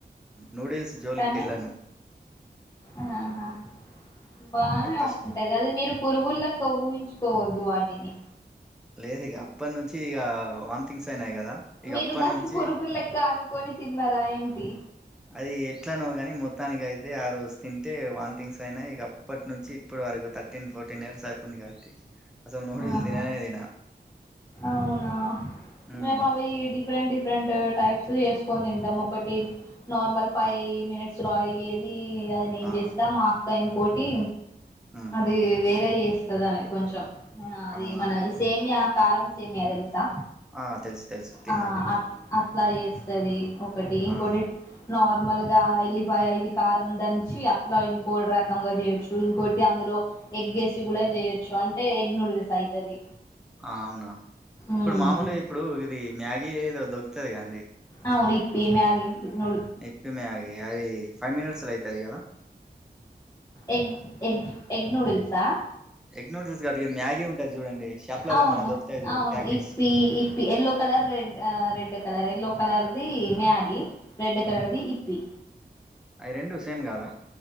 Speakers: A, in the centre; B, on the left.
A: నూడిల్స్ జోలికి
B: కానీ
A: వెళ్ళాను
B: ఆహా బానే
A: అది ఫస్ట్
B: ఉంటది ది అది మీరు పురుగులెక్క ఊహించుకోవద్దు వాటిని
A: లేదు ఇక అప్పటి నుంచి ఇక వమ్థింగ్స్ అయినాయి కదా ఇక
B: మీరు
A: అప్పటి
B: దాన్ని
A: నుంచి
B: పొరుగు లెక్క అనుకొని తిన్నారా ఏంటి
A: అది ఎట్లనో కానీ మొత్తానికి అయితే ఆరోజు తింటే వన్థింగ్స్ అయినా ఇక ఇప్పటి నుంచి ఇప్పుడు వరకు థర్టీన్ ఫోర్టీన్ ఇయర్స్ అవుతుంది కాబట్టి అసలు నూడిల్స్
B: ఆహా
A: తిననే తిన
B: అవునా
A: ఉమ్
B: మేమ్ అవి డిఫరెంట్ డిఫె డిఫరెంట్ టైప్స్ చేసుకని తింటాము ఒకటి నార్మల్ ఫైవ్
A: ఆ
B: మినిట్స్ ఐయేది అది నేన్
A: ఆ
B: చేస్తా మా అక్కా ఇంకోటి
A: ఉమ్
B: అది వేరే చేస్తుదాని కొంచెం అది
A: అవునా
B: మన
A: అండి
B: సేమియా కారం సేమియా తెలుసా
A: ఆ తెలుసు తెలుసు తిన్నది
B: ఆ అట్ అట్లా చేస్తుంది ఒకటి ఇంకోటి
A: అవునా
B: నార్మల్ గా ఎల్లిపాయి ఇవి కారం దంచి అట్లా ఇంకో రకంగా చేయొచ్చు ఇంకోటి అందులో ఎగ్ వేసి కూడా చేయొచ్చు అంటే ఎగ్ నూడిల్స్ అయితది
A: అవునా ఇప్పుడు
B: మ్మ్
A: మామూలుగా ఇప్పుడు ఇది మ్యాగీ ఏదో దొరుకుతాయి గా అండి
B: అవును ఇప్పీ మ్యాగీ నూ
A: ఇప్పీ మ్యాగీ అయి ఫైవ్ మినిట్స్ లో అయితాయి గదా
B: ఎగ్ ఎగ్ ఎగ్ నూడిల్సా
A: ఎగ్ నూడుల్స్ కాదుది మ్యాగీ ఉంటది చూడండి షాప్లల్లో
B: అవును
A: మన దొరుకుతాయి చూడు
B: అవును
A: ప్యాకెట్స్
B: ఇప్పి ఇప్ yellow colour red red colour yellow కలర్ది మ్యాగీ రెడ్ కలర్ది ఇప్పి
A: అయి రెండు సేమ్ కాదా